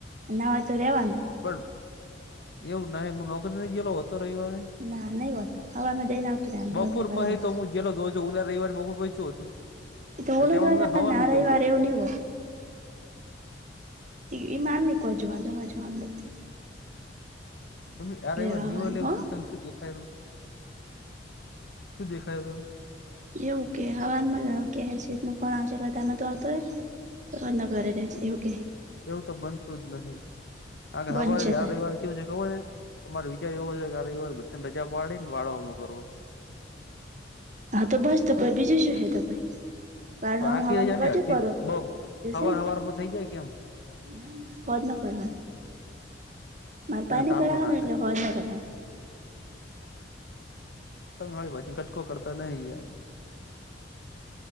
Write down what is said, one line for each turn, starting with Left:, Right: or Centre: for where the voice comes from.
Right: ના હોય તો રેવાનું.
Left: પણ એવું નાહી હું નોકરી નહી ગેલો હોતો રવિવારે.
Right: ના નહી હોતા હવારમાં જઈને આવતું રેવાનું
Left: બપોર
Right: હો જ ની પડી
Left: પછી
Right: રેવાનું.
Left: તો હું ગેલો તો ઉલા રવિવારે બહુ શું હતું
Right: એ તો ઓલો
Left: તેવામાં
Right: રવિવાર
Left: હવારનું
Right: ના
Left: ખવું
Right: રવિવાર
Left: રહું.
Right: એવું નહી હોય ઇ ઇમાની કો જોવાનું જવા જવાનું નથી.
Left: તમે આ રવિવારે
Right: લેવા આવવાનું
Left: દીવો લેવું
Right: હો
Left: શું તને શું દેખાય રહ્યુ શું દેખાય રહ.
Right: એવું કે હવારમાં જ આવ. કે સેઠ નો ફોન આવશે કતામાં તો આવતો હોય નગરે ઘરે રહેજે એવું કહે.
Left: એવું તો બનતું જ નથી કારણ કે
Right: બનશે
Left: હવારે આ
Right: તા
Left: રવિવારે કેવું છે ખબર અમારો વિચાર એવો છે કે આ રવિવારે બધાને રજા પાડી ને વાળો અમ કરવો છે.
Right: હા તો બસ તો બીજું શું હે ત પહી. બાર
Left: પણ
Right: હું
Left: આખી
Right: હવામાં
Left: રજા
Right: મુકાલવજે
Left: ને અડધી
Right: પડો
Left: બપ
Right: જસે.
Left: હવાર હવારમાં થઈ જાય કેમ
Right: ના-ના ફોન ન કરવાનું. માર પાહે ની
Left: તાપણું
Right: કરાવાનો
Left: ના
Right: એટલે
Left: થાય
Right: હોજ ન કરવાનું.
Left: તો માં ભજન કટકો કરતા નહી.